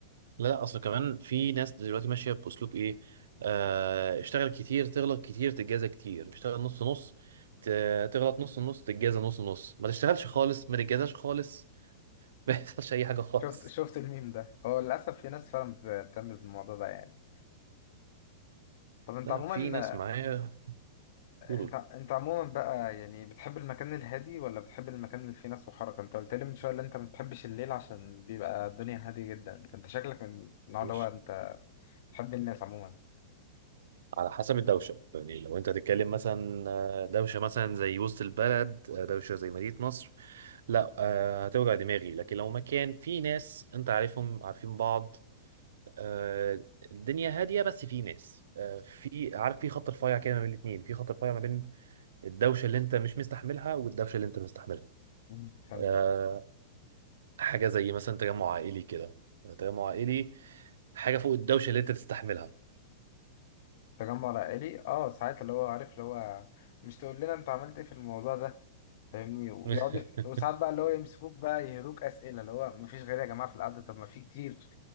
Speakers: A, on the right (about 75°); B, on the left (about 60°).
A: لا لا اصل كمان في ناس دلوقتي ماشيه باسلوب ايه آه اشتغل كتير تغلط كتير تتجازى كتير اشتغل نص نص ت- تغلط نص نص تتجازى نص نص ما تشتغلش خالص ما تتجازاش خالص <laughs> ما يحصلش اي حاجه خالص
B: شفت شفت الميم ده هو للاسف في ناس فعلا بت- بتعمل الموضوع ده يعني طب انت
A: لا
B: عموما
A: في ناس معايا
B: انت
A: برول
B: انت عموما بقى يعني بتحب المكان الهادي ولا بتحب المكان اللي فيه ناس وحركه انت قلت لي من شويه ان انت ما بتحبش الليل عشان بيبقى الدنيا هاديه جدا انت أنت شكلك من النوع
A: مش
B: اللي هو انت تحب الناس عموما
A: على حسب الدوشه يعني لو انت هتتكلم مثلا آه، دوشه مثلا زي وسط البلد آه، دوشه زي مدينه نصر لا آه، هتوجع دماغي لكن لو مكان في ناس انت عارفهم عارفين بعض آه، الدنيا هاديه بس في ناس آه، في عارف في خط رفيع كده ما بين الاثنين في خط رفيع ما بين الدوشه اللي انت مش مستحملها والدوشه اللي انت مستحملها
B: مم. فهمتك
A: آه، حاجه زي مثلا تجمع عائلي كده تجمع عائلي حاجه فوق الدوشه اللي انت تستحملها
B: تجمع العائلي اه ساعات اللي هو عارف اللي هو مش تقول لنا انت عملت ايه في الموضوع ده فاهمني ويقعد
A: <laughs>
B: وساعات بقى اللي هو يمسكوك بقى يهروك اسئله اللي هو ما فيش غير يا جماعه في القعده طب ما في كتير